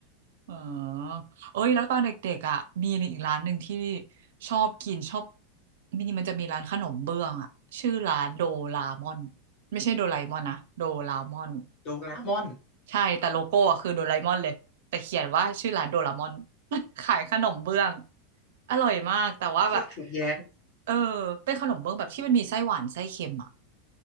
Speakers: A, on the right (about 75°); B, on the left (about 35°).
A: เออเอ้ยแล้วตอนเด็กๆอ่ะมีอีกร้านหนึ่งที่ชอบกินชอบมินิมันจะมีร้านขนมเบื้องอ่ะชื่อร้านโดรามอน ไม่ใช่โดราเอมอนนะ โดรามอน
B: โดราเอมอน
A: ใช่แต่โลโก้อะคือโดราเอมอนเลยแต่เขียนว่าชื่อร้านโดราเอมอน <laughs> ขายขนมเบื้องอร่อยมากแต่ว่าแบบ
B: โคตรถูกแย้ง
A: เออเป็นขนมเบื้องแบบที่มันมีไส้หวานไส้เค็มอ่ะ